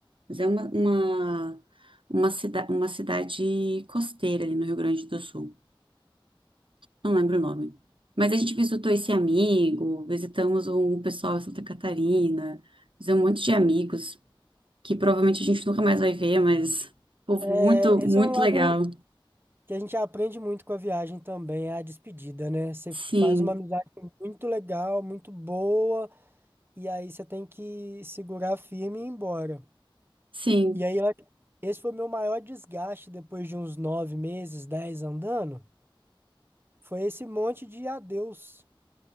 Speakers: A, on the right (about 70°); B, on the right (about 25°).
A: mas é uma, uma, uma, cida, uma cidade costeira ali no Rio Grande do Sul. Não lembro o nome. Mas a gente visitou esse amigo, visitamos um pessoal em Santa Catarina, fizemos um monte de amigos que provavelmente a gente nunca mais vai ver, mas povo
B: É,
A: muito,
B: esse
A: muito
B: é um lado
A: legal.
B: que a gente aprende muito com a viagem também, é a despedida, né? Você
A: Sim,
B: faz uma amizade muito legal, muito boa. E aí você tem que segurar firme e ir embora.
A: sim,
B: E aí, eu acho- esse foi o meu maior desgaste depois de uns nove meses, dez andando. Foi esse monte de adeus.